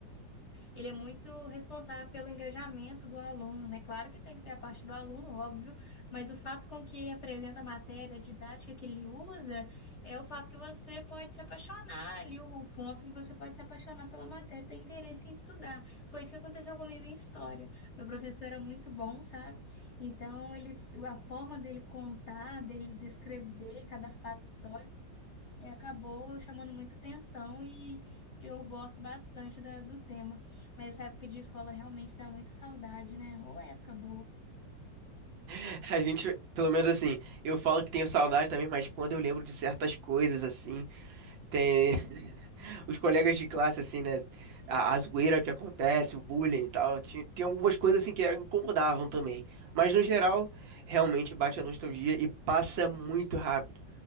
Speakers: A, on the left; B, on the right.
A: ele é muito responsável pelo engajamento do aluno, né? Claro que tem que ter a parte do aluno, óbvio, mas o fato com que ele apresenta a matéria, a didática que ele usa, é o fato que você pode se apaixonar ali, o ponto que você pode se apaixonar pela matéria, ter interesse em estudar. Foi isso que aconteceu comigo em história. Meu professor era muito bom, sabe? Então, ele, a forma dele contar, dele descrever cada fato histórico é, acabou chamando muita atenção e eu gosto bastante da- do tema. Mas essa época de escola realmente dá muita saudade, né? Ou época boa.
B: <laughs> A gente, pelo menos assim, eu falo que tenho saudade também, mas quando eu lembro de certas coisas, assim, tem <laughs> os colegas de classe, assim, né? A, a zoeira que acontece, o bullying e tal, ti- tem algumas coisas, assim, que eram- incomodavam também. Mas no geral, realmente bate a nostalgia e passa muito rápido.